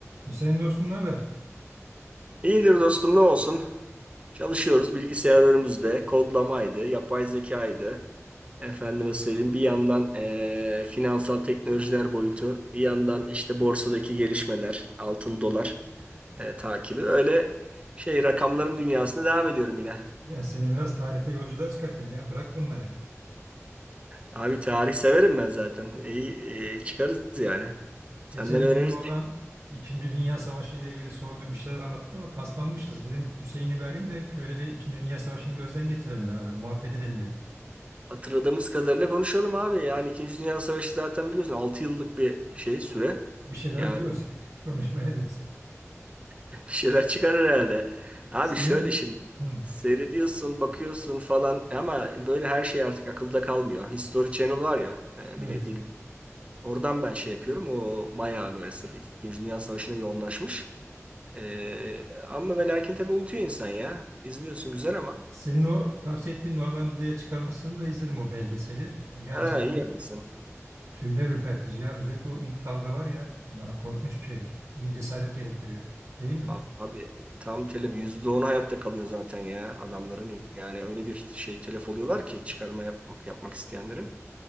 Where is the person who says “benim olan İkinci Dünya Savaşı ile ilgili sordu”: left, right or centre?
Right